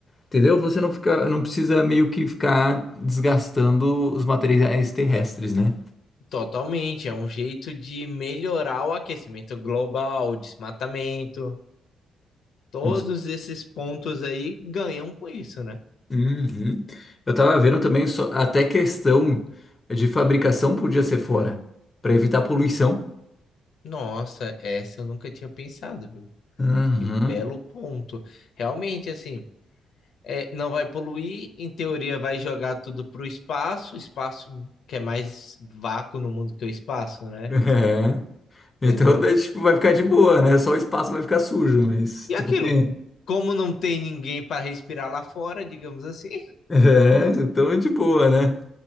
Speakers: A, on the left; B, on the left.
A: entendeu? Você não fica, não precisa meio que ficar desgastando os materiais terrestres, né?
B: Totalmente. É um jeito de melhorar o aquecimento global, o desmatamento. Todos
A: Com c-
B: esses pontos aí ganham com isso, né?
A: Uhum. Eu tava vendo também só- até questão de fabricação podia ser fora, para evitar poluição.
B: Nossa, essa eu nunca tinha pensado, viu?
A: Uhum.
B: Que belo ponto. Realmente, assim. é, não vai poluir, em teoria vai jogar tudo pro espaço, espaço que é mais vácuo no mundo que o espaço, né?
A: É. Então,
B: Entendeu?
A: daí, tipo, vai ficar de boa, né? Só o espaço vai ficar sujo, mas
B: E
A: tudo
B: aquilo,
A: bem.
B: como não tem ninguém para respirar lá fora, digamos assim. <laughs>
A: É, então é de boa, né?